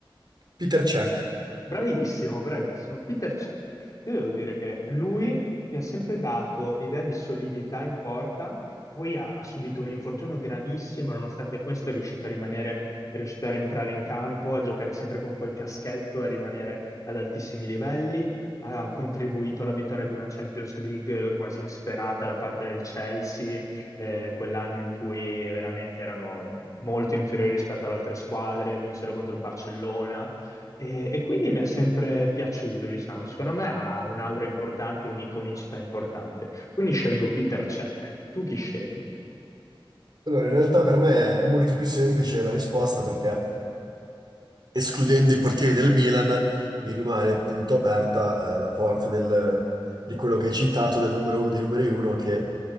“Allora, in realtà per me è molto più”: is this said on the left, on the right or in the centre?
Right